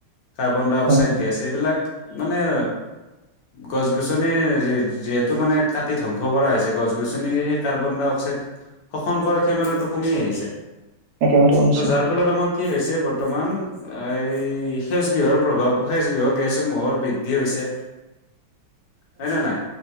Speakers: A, on the left; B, on the right.
A: কাৰ্বন ডাই অক্সাইড
B: হয়
A: গেছ এইবিলাক মানে গছ গছনি যিহেতু মানে কাটি ধ্বংস কৰা হৈছে গছ গছনি সেই কাৰ্বন ডাই অক্সাইড শোষন কৰাৰ ক্ষমতাটো কমি আহিছে
B: একেবাৰে উন্নিচ
A: ত' যাৰ ফলত আমাৰ কি হৈছে বৰ্তমান এই সেউছ গৃহৰ প্ৰভাৱ সেউছ গৃহ গেছসমূহৰ বৃদ্ধি হৈছে হয় নে নাই